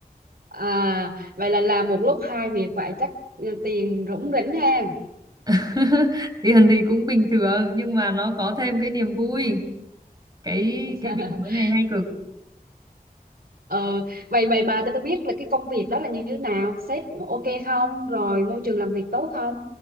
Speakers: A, on the right; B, on the right.
A: À, vậy là làm một lúc hai việc vậy chắc ừ, tiền rủng rỉnh ha.
B: <laughs> Tiền thì cũng bình thường nhưng mà nó có thêm cái niềm vui. Cái
A: <laughs>
B: cái việc mới này hay cực.
A: Ừ, vậy vậy bà cho tôi biết là cái công việc đó là như thế nào? Sếp ok không? Rồi môi trường làm việc tốt không?